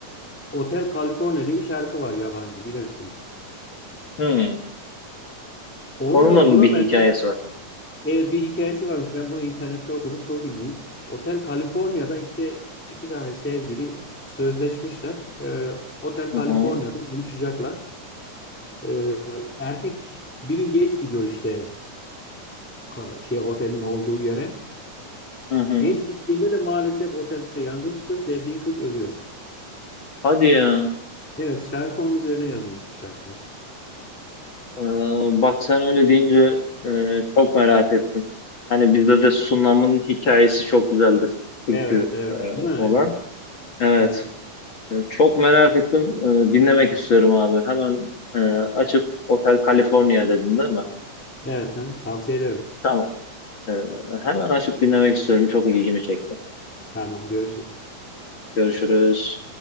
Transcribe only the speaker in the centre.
Otel California diye bir şarkı var yabancı bilirsin.
Onun
da
buna
benzer
evet, bir hikayesi varmış. Ben bunu internette okudum çok ilginç. Otel California'da işte iki tane sevgili sözleşmişler. Ee, Otel
California'da
buluşacaklar. Ee, erkek bir gün geç gidiyor işte ka- şey otelin olduğu yere.
Geç gittiğinde de maalesef otelde yangın çıkıyor. Sevdiği kız ölüyor.
Evet şarkı onun üzerine yazılmış bir şarkı.
Evet evet.
Ha,
evet.
Evet.
Evet. ha, Tavsiye ederim.
Tamam görüşürüz.